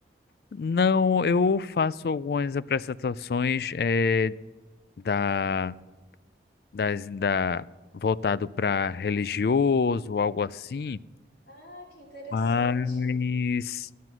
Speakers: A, on the left; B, on the left.
A: Não, eu faço algumas apresentações é, da, das, da, voltado para religioso, algo assim.
B: Ah, que interessante.
A: Mas,